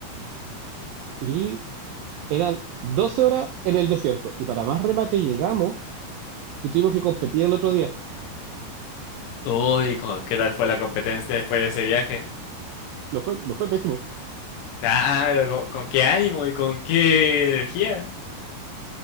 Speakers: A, on the right (about 80°); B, on the left (about 75°).
A: Y eran 12 horas en el desierto. Y para más remate llegamos y tuvimos que competir el otro día.
B: Uy, co- ¿qué tal fue la competencia después de ese viaje?
A: No fue, no fue pésimo.
B: Claro, ¿con, con qué ánimo y con qué energía?